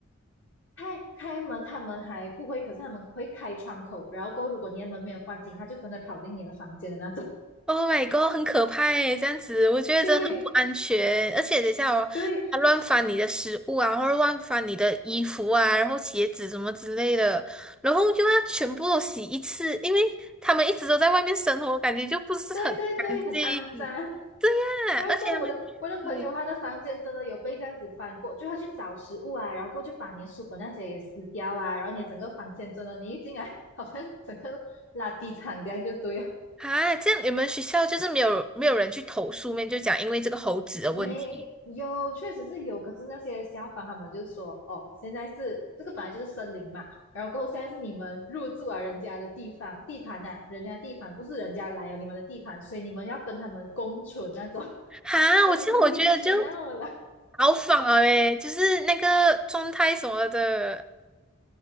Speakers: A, on the left; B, in the centre.
A: 开开门他们还不会，可是他们会开窗口，然后过后如果你的门没有关紧，他就真的跑进你的房间的那种。
B: Oh my god，很可怕诶，这样子我觉得真的很不安全。
A: <laughs> 对
B: 而且等一下哦，
A: 对
B: 他乱翻你的食物啊，或者乱翻你的衣服啊，然后鞋子什么之类的，然后又要全部都洗一次，因为他们一直都在外面生活，感觉就不是很干净。
A: 对对对，很肮脏。
B: 啊，
A: 然后过后我的我的朋友他的房间真的有被这样子翻过，
B: 而且他们，嗯，
A: 就他去找食物啊，然后过后就把你的书本那些也撕掉啊，然后你的整个房间真的，你一进来 <laughs> 好像整个垃圾场这样就对了。
B: 啊，这样你们学校就是没有没有人去投诉面，就讲因为这个猴子的问题。
A: 没有，确实是有。可是那些消防他们就是说，哦，现在是这个本来就是森林嘛，然后过后现在是你们入住啊人家的地方地盘呐、人家的地盘不是人家来了你们的地盘，所以你们要跟他们共存那种，<laughs>
B: 哈，
A: 很无理取闹啦。
B: 我这样我觉得就好仿了诶，就是那个状态什么的。